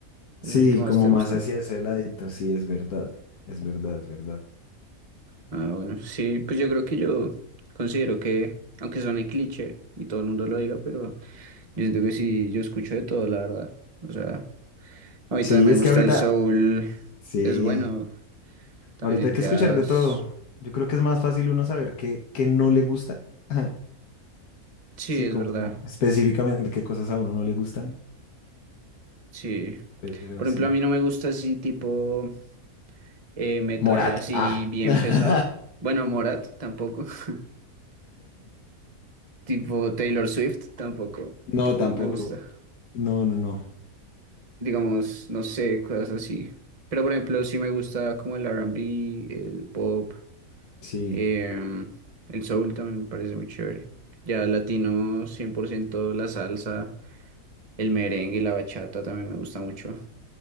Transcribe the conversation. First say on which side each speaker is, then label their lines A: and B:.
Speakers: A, on the left (about 90°); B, on the right (about 30°).
A: sí,
B: es el que más
A: como
B: te
A: más
B: gusta.
A: hacia ese ladito, sí, es verdad, es verdad, es verdad.
B: Ah, bueno, sí, pues yo creo que yo considero que, aunque suene cliché y todo el mundo lo diga, pero yo siento que sí, yo escucho de todo, la verdad. O sea, a mí
A: Sí,
B: también me
A: es
B: gusta
A: que ahorita,
B: el soul,
A: sí,
B: es bueno, también
A: ahorita
B: el
A: hay que
B: jazz.
A: escuchar de todo, yo creo que es más fácil uno saber qué, qué no le gusta, <laughs>
B: Sí,
A: sí,
B: es
A: como
B: verdad,
A: específicamente qué cosas a uno no le gustan,
B: sí.
A: pero
B: Por
A: sí.
B: ejemplo, a mí no me gusta así tipo... eh, metal
A: Morat,
B: así
A: ah.
B: bien
A: <laughs>
B: pesado. Bueno, Morat tampoco. <laughs> Tipo Taylor Swift tampoco.
A: No,
B: Tampoco
A: tampoco.
B: me gusta.
A: No, no, no.
B: Digamos, no sé, cosas así. Pero por ejemplo, sí me gusta como el R&B, el pop,
A: Sí.
B: em, el soul también me parece muy chévere. Ya latino, 100% la salsa, el merengue y la bachata también me gusta mucho.